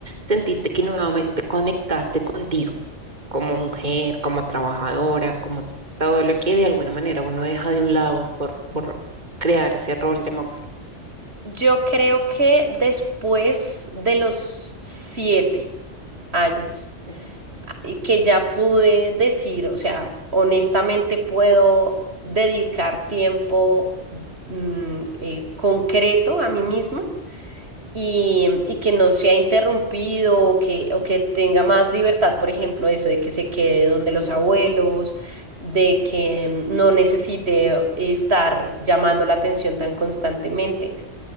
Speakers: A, on the right (about 40°); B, on the right (about 60°).
A: sentiste que nuevamente conectaste contigo como mujer, como trabajadora, como todo lo que de alguna manera uno deja de un lado por, por crear ese rol de mamá?
B: Yo creo que después de los siete años.
A: Mm,
B: y que ya pude decir, o sea, honestamente puedo dedicar tiempo mm, eh, concreto a mí misma y, y que no sea interrumpido o que, o que tenga más libertad, por ejemplo, eso de que se quede donde los abuelos, de que mm, no necesite estar llamando la atención tan constantemente.